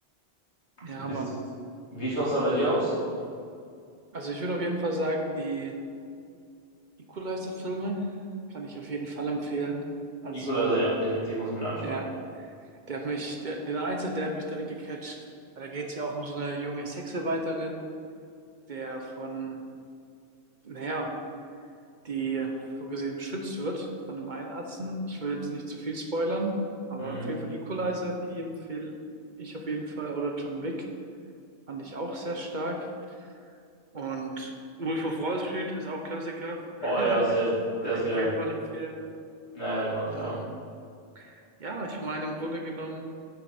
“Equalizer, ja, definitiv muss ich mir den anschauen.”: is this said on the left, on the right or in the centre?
Left